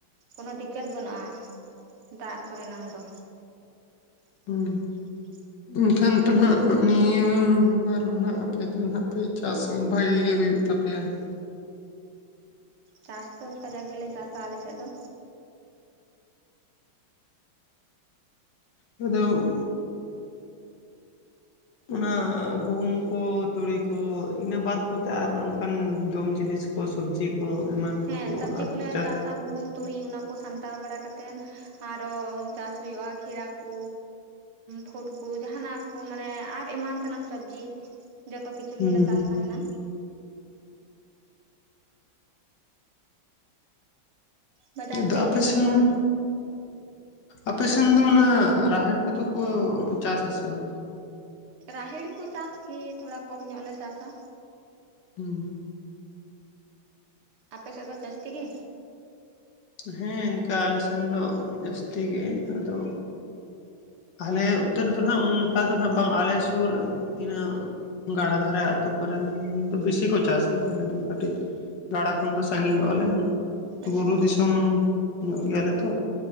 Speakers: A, on the right; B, on the left.
A: ᱠᱳᱱᱳ ᱫᱤᱠᱠᱟᱛ ᱵᱟᱹᱱᱩᱜ-ᱟ ᱫᱟᱜ ᱠᱚᱨᱮᱱᱟᱝ ᱫᱚ <inaudible>
B: ᱦᱩᱸ ᱮᱱᱠᱷᱟᱱ ᱫᱚᱚ ᱱᱟᱦᱟᱜ ᱱᱤᱭᱟᱹ ᱵᱟᱨ ᱦᱚᱱᱟᱦᱟᱜ ᱟᱯᱮᱫᱚ ᱱᱟᱦᱟᱜ ᱯᱮ ᱪᱟᱥ ᱵᱷᱟᱜᱤ ᱜᱮ ᱦᱩᱭᱩᱜ ᱛᱟᱯᱮᱭᱟ ᱱᱟᱦᱟᱜ
A: ᱪᱟᱥ ᱫᱚ ᱠᱟᱡᱟᱠ ᱜᱮᱞᱮ ᱪᱟᱥᱟ ᱟᱞᱮᱥᱮᱫ ᱫᱚ
B: ᱟᱫᱚ ᱚᱱᱟ ᱜᱩᱦᱩᱢ ᱠᱚ ᱛᱩᱲᱤ ᱠᱚ ᱤᱱᱟᱹ ᱵᱟᱫ ᱠᱚᱛᱮ ᱟᱨ ᱚᱱᱠᱟᱱ ᱡᱚᱢ ᱡᱤᱱᱤᱥ ᱠᱚ ᱥᱚᱵᱽᱡᱤ ᱠᱚ ᱮᱢᱟᱱ
A: ᱦᱮᱸ
B: ᱠᱚ
A: ᱥᱚᱵᱽᱡᱤ
B: ᱟᱨᱯᱮ
A: ᱠᱚᱞᱮ ᱪᱟᱥᱟ ᱜᱩᱦᱩᱢ ᱛᱩᱲᱤ ᱚᱱᱟ ᱠᱚ ᱥᱟᱢᱴᱟᱣ ᱵᱟᱲᱟ ᱠᱟᱛᱮᱱ ᱟᱨᱦᱚ ᱪᱟᱥ ᱦᱩᱭᱩᱜ-ᱟ ᱠᱷᱤᱨᱟ ᱠᱚ ᱯᱷᱩᱴ ᱠᱚ ᱡᱟᱦᱟᱱᱟᱜ ᱠᱚ ᱢᱟᱱᱮ ᱟᱨ ᱮᱢᱟᱱ ᱛᱮᱱᱟᱜ ᱥᱚᱵᱽᱡᱤ ᱡᱚᱛᱚ ᱠᱤᱪᱷᱩ
B: ᱦᱩᱸ
A: ᱜᱮᱞᱮ ᱪᱟᱥ ᱛᱟᱦᱮᱸᱱᱟ ᱵᱟᱡᱟᱨ
B: ᱟᱫᱚ
A: ᱥᱮᱫ
B: ᱟᱯᱮ
A: ᱤᱫᱤ ᱦᱩᱭᱩᱜᱼᱟ
B: ᱥᱮᱱ ᱟᱯᱮᱥᱱ ᱫᱚ ᱚᱱᱟ ᱨᱟᱦᱮᱲ ᱠᱚᱫᱚ ᱠᱚ ᱪᱟᱥ ᱟᱥᱮ ᱵᱟᱝ
A: ᱨᱟᱦᱮᱲ ᱠᱚ ᱪᱟᱥ ᱜᱮ ᱛᱷᱚᱲᱟ ᱠᱚᱢ ᱧᱚᱜ ᱞᱮ ᱪᱟᱥᱟ
B: ᱦᱩᱸ
A: ᱟᱯᱮ ᱥᱮᱫ ᱫᱚ ᱡᱟᱹᱥᱛᱤ ᱜᱮ,
B: ᱦᱮᱸ ᱤᱱᱠᱟᱹ ᱟᱞᱮ ᱥᱮᱱ ᱫᱚ ᱡᱟᱹᱥᱛᱤ ᱜᱮ ᱟᱫᱚ ᱟᱞᱮ ᱩᱛᱛᱚᱨ ᱫᱚ ᱦᱟᱸᱜ ᱚᱱᱠᱟ ᱫᱚ ᱱᱟᱜ ᱵᱟᱝ ᱟᱞᱮ ᱥᱩᱨ ᱤᱱᱟᱹ ᱜᱟᱰᱟ ᱫᱷᱟᱨᱮ ᱟ ᱟᱹᱛᱩ ᱠᱚᱨᱮᱱ ᱫᱚ ᱵᱤᱥᱤ ᱠᱚ ᱪᱟᱥᱟ ᱟᱞᱮ ᱫᱚ ᱠᱟᱹᱴᱤᱡ ᱜᱟᱰᱟ ᱠᱷᱚᱱ ᱫᱚ ᱥᱟᱺᱜᱤᱧᱚᱜ ᱟᱞᱮ
A: ᱟᱪᱪᱷᱟ
B: ᱵᱩᱨᱩ ᱫᱤᱥᱚᱢ ᱧᱚᱜ ᱜᱮᱭᱟᱞᱮ ᱛᱚ